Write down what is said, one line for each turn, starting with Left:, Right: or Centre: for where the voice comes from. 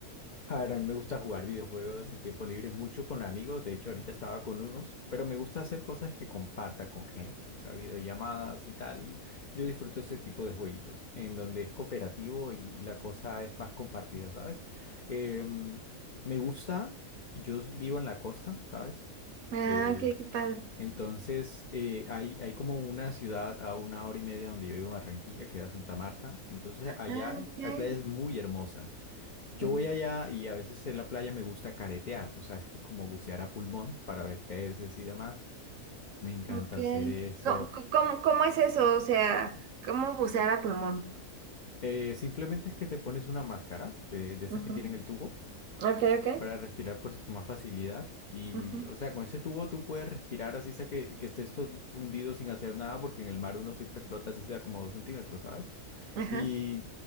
Left: a ver, a mí me gusta jugar videojuegos en tiempo libre mucho con amigos. De hecho, ahorita estaba con unos, pero me gusta hacer cosas que comparta con gente, o sea, videollamadas y tal. Yo disfruto ese tipo de jueguitos en donde es cooperativo y, y la cosa es más compartida, ¿sabes? Em, me gusta, yo s- vivo en la costa, ¿sabes?
Right: Ah,
Left: De,
Right: ok, qué padre.
Left: entonces, eh, hay, hay como una ciudad a una hora y media donde yo vivo, en Barranquilla, que da Santa Marta. Entonces, allá
Right: Ah,
Left: hay
Right: ok.
Left: hay playas muy hermosas. Yo
Right: Ajá.
Left: voy allá y a veces en la playa me gusta caretear, tú sabes que como bucear a pulmón para ver peces y demás, me encanta
Right: Ok.
Left: hacer eso.
Right: ¿Cómo, cómo, cómo cómo es eso? O sea, ¿cómo bucear a pulmón?
Left: Eh, simplemente es que te pones una máscara eh, de esas
Right: Ujú.
Left: que tienen el tubo
Right: Ok, ok.
Left: para respirar pues con más facilidad y
Right: Ujú.
Left: o sea, con ese tubo tú puedes respirar así sea que, que estés todo hundido sin hacer nada porque en el mar uno siempre flota así sea como dos centímetros, ¿sabes?
Right: Ajá.
Left: y,